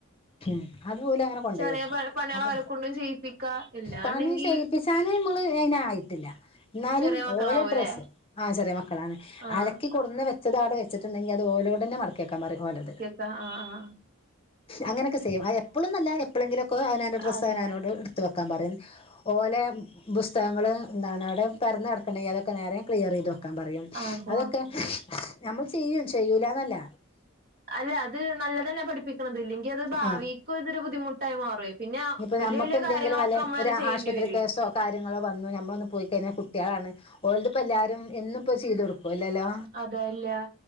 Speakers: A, on the left; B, on the right.
A: ഉം അത് ഓലങ്ങനെ കൊണ്ടോയ്
B: ചെറിയ
A: വെക്കും
B: പ പണികൾ
A: അപ്പൊ
B: അവരെ കൊണ്ടും ചെയ്യിപ്പിക്കാ ഇല്ലാണ്ടെങ്കി
A: പണി സേയ് യിച്ചാന് ഞമ്മള് അയ്നായ്ട്ടില്ല. ന്നാലും
B: ചെറിയ മക്കളാവൂലേ
A: ഓലെ ഡ്രസ്സ് ആഹ് ചെറിയ മക്കളാണ്
B: ആഹ്
A: അലക്കി കൊട്ന്ന് വെച്ചതവടെ വെച്ച്ട്ട്ണ്ടെങ്കി അത് ഓലോടന്നെ മടക്കിക്കാം പറയും ഓലത്.
B: ആഹ് ആഹ് ആഹ്.
A: അങ്ങനക്കസേയ്യും അത് എപ്പോളുംന്നല്ല എപ്പളെങ്കിലൊക്കെ അവനാന്റെ ഡ്രസ്സ്
B: അതെ
A: അവനാനോട് ഇട്ത്ത് വെക്കാം പറയും. ഓലെ പുസ്തകങ്ങള് ന്താണ് അവടെ പരന്നടക്ക്ണ്ടേൻങ്കി അതൊക്ക നേരെ ക്ലിയറീത് വെ ക്കാം പറയും,
B: അതെ
A: അതൊക്കെ നമ്മള് ചിയ്യും ചെയ്യൂലാന്നല്ല
B: അല്ല അത് നല്ലതന്നെ പഠിപ്പിക്ക്ണത് ഇല്ലെങ്കി അത് ഭാവീക്കും
A: ആ
B: ഇതൊരു ബുദ്ധിമുട്ടായ് മാറുയ്. പിന്നെ
A: ഇനിയിപ്പോൾ
B: വെല്ല്യ
A: നമുക്ക്
B: വെല്ല്യ
A: എന്തെങ്കിലും
B: കാര്യങ്ങളൊക്കമ്മളന്നെ
A: വല്ല ഒരു
B: ചെയ്യേണ്ടി
A: ആശുപത്രി
B: വരുയ്.
A: കേസോ കാര്യങ്ങളോ വന്നു ഞമ്മളൊന്ന് പോയ്കയ്ഞ്ഞാ കുട്ട്യാളാണ് ഓൽത്പ്പൊ എല്ലാരും എന്നുപ്പോ ച്ചീതൊട്ക്കോ ഇല്ലല്ലോ?
B: അതേ ഇല്ല്യാ.